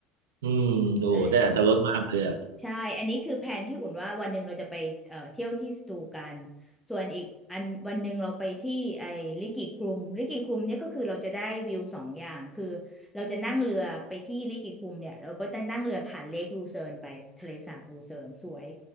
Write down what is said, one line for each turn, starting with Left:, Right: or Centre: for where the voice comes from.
Right: อืมโอ้ได้อรรถรสมากเลยอ่ะ
Centre: เออ ใช่อันนี้คือแผนที่อุ่นว่าวันหนึ่งเราจะไปเอ่อเที่ยวที่สตูกันส่วนอีกอันวันหนึ่งเราไปที่ไอ้ลิกิคลุมลิกิคลุมเนี่ยก็คือเราจะได้วิวสองอย่างคือเราจะนั่งเรือไปที่ลิกิคลุมเนี่ยเราก็จะนั่งเรือผ่านเลคลูเซิร์นไปทะเลสาบลูเซิร์นสวย